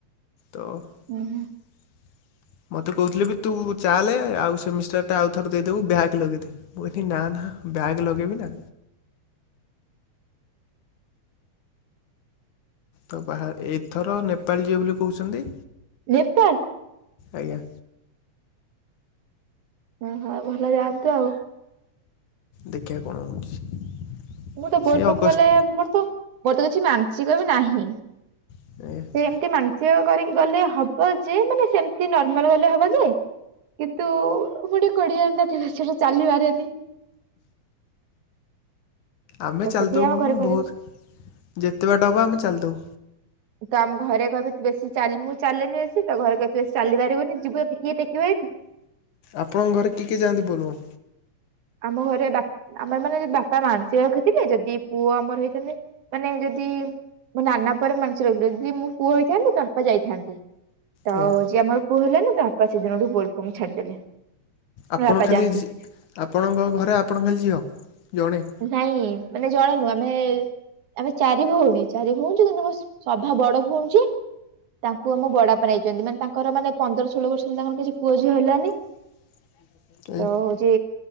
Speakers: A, on the left; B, on the right.
A: ତ
B: ଓୁଁ ହୁଁ।
A: <inaudible> ମୋତେ କହୁଥିଲେ ବି ତୁ ଚାଲେ ଆଉ ସେମିଷ୍ଟାରଟା ଆଉଥର ଦେଇଦେବୁ ବ୍ୟାଗ ଲଗେଇଦେ ମୁଁ କହିଲି ନା ନା ବ୍ୟାଗ୍ ଲଗେଇବି ନା ତ ବା ଏଥର ନେପାଳ ଯିବେ ବୋଲି କହୁଛନ୍ତି
B: ନେପାଳ?
A: ଆଜ୍ଞା‌।
B: ଓହୋ ଭଲ ଯାଆନ୍ତୁ ଆଉ
A: ଦେଖିବା କଣ ହେଉଛି।
B: ମୁଁ ତ ବୋଲବମ୍
A: ସେଇ ଅଗଷ୍ଟ
B: ଗଲେ ମୋର ତ ମୋର ତ କିଛି ମାନସିକ ବି ନାହିଁ
A: <inaudible>
B: ଏମତି ମାନସିକ କରିକି ଗଲେ ହବ ଯେ ମାନେ ସେମତି ନର୍ମାଲ ଗଲେ ହବ ଯେ କିନ୍ତୁ ମୁ ଗୋଟେ କୋଢିଆଣି ସେଟା ଚାଲିିପାରିବିନି
A: ଆମେ
B: ତ
A: ଚାଲି
B: ସେଥିପାଇଁ
A: ଦବୁ
B: ଆମ ଘରେ
A: ମୁଁ
B: କହିବେ
A: ବହୁତ ଯେତେ ବାଟ ହେବ ଆମେ ଚାଲିଦବୁ।
B: ତ ଆମ ଘରେ କହିବେ ତୁ ବେଶୀ ଚାଲି ମୁଁ ଚାଲେନି ତ ଘରେ କହିବେ ତୁ ବେଶୀ ଚାଲି ପାରିବୁନି ଯିବୁ ଟେକିବ ସେଇଠି
A: ଆପଣଙ୍କ ଘରେ କିଏ କିଏ ଯାଆନ୍ତି ବୋଲବମ?
B: ଆମ ଘରେ ବା ଆମର ମାନେ ବାପା ମାନସିକ ରଖିଥିଲେ ଯଦି ପୁଅ ଆମର ହେଇଥାନ୍ତେ ମାନେ ଯଦି ମୋ ନାନା ପରେ ମାନସିକ ରଖିଥିଲେ ମୁ ପୁଅ ହେଇଥାନ୍ତି ବାପା ଯାଇଥାନ୍ତେ ତ
A: ଆଜ୍ଞା
B: ଯ ଆମର ପୁଅ ହେଲାନି‌ ତା ବାପା ସେଦିନଠୁ ବୋଲବମ ଛାଡିଦେଲେ
A: ଆପଣ
B: ବାପା
A: ଖାଲି
B: ଯାଆନ୍ତି
A: ଆପଣଙ୍କ ଘରେ ଆପଣ ଖାଲି ଝିଅ ଜଣେ?
B: ନାଇଁ ମାନେ ଜଣେ ନୁହଁ ଆମେ ଆମେ ଚାରି ଭଉଣୀ ଚାରି ଭଉଣୀ କିନ୍ତୁ ଆମ ସଭା ବଡ ଭଉଣି ଯିଏ ତାଙ୍କୁ ଆମ ବଡବାପା ନେଇଛନ୍ତି ମାନେ ତାଙ୍କର ମାନେ ପନ୍ଦର ଷୋହଳ ବର୍ଷ ହେ ତାଙ୍କର କିଛି ପୁଅଝିଅ ହେଲାନି
A: <inaudible> ଆଜ୍ଞା
B: ତ ହଉଛି